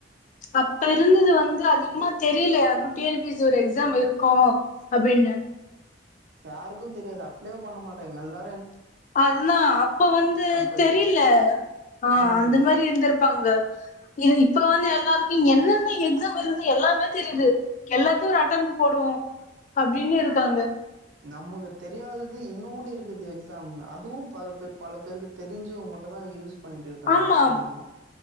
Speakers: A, on the left; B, on the right.
A: அப்ப இருந்தது வந்து அதிகமா தெரியல யாருக்கு டி என் பி சி ஒரு எக்ஸாம் இருக்கு அப்டின்னு
B: யாருக்கு தெரியாது அப்ளேவு பண்ண மாட்டாங்க எல்லா
A: அதுதா அப்ப வந்து
B: கம்பெனி.
A: தெரில ஆ
B: ம்.
A: அந்த மாரி இருந்துருப்பாங்க இது இப்ப வந்து எல்லா என்னென்ன எக்ஸாம் வருது எல்லாமே தெரியுது எல்லாத்தையு ஒரு அட்டம் போடுவோ அப்பிடின்னு இருக்காங்க
B: நம்க்கு தெரியாதது இன்னோடி இருக்குது எக்ஸாம் அதுவு பல பேர் பல பேருக்கு தெரிஞ்சிவு மட்டுதா யூஸ் பண்ணிட்டு இருக்காங்க
A: ஆமா
B: தெரியுமா?